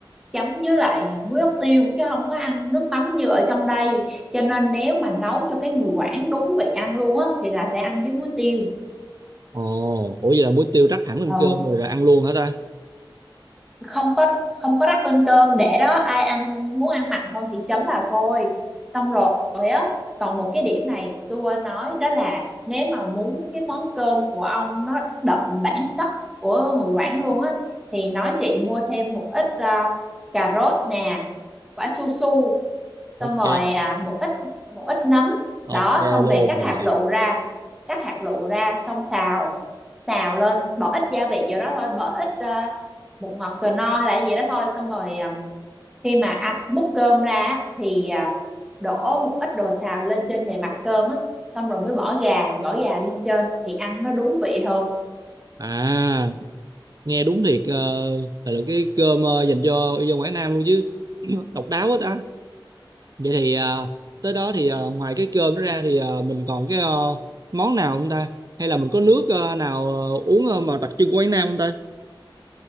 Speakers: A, in the centre; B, on the right (about 45°).
A: chấm với lại muối ớt tiêu chứ không có ăn nước mắm như ở trong đây cho nên nếu mà nấu cho cái người Quảng đúng vị ăn luôn á thì là sẽ ăn với muối tiêu
B: Ồ, ủa vậy là muối tiêu rắc thẳng lên
A: ừ
B: cơm rồi, rồi ăn luôn hả ta?
A: không có không có rắc lên cơm để đó ai ăn muốn ăn mặn hơn thì chấm vào thôi xong rồi á còn một cái điểm này tôi quên nói đó là nếu mà muốn cái món cơm của ông nó đậm bản sắc của người Quảng luôn á thì nói chị mua thêm một ít à, cà rốt nè quả su su
B: Ok,
A: xong rồi à, một ít một ít nấm
B: ok
A: đó xong
B: luôn
A: về cắt
B: rồi.
A: hạt lựu ra cắt hạt lựu ra xong xào xào lên bỏ ít gia vị vô đó thôi bỏ ít à, bột ngọt cờ no hay là gì đó thôi xong rồi à, khi mà ăn múc cơm ra á, thì à, đổ một ít đồ xào lên trên bề mặt cơm á xong rồi mới bỏ gà gỏi gà lên trên thì ăn nó đúng vị hơn
B: À, nghe đúng thiệt ờ, là, là cái cơm ờ, dành cho dân Quảng Nam luôn chứ <clears throat> độc đáo quá ta vậy thì ờ, tới đó thì ờ, ngoài cái cơm đó ra thì ờ, mình còn cái ờ, món nào không ta hay là mình có nước ờ, nào ờ, uống ờ, mà đặc trưng của Quảng Nam không ta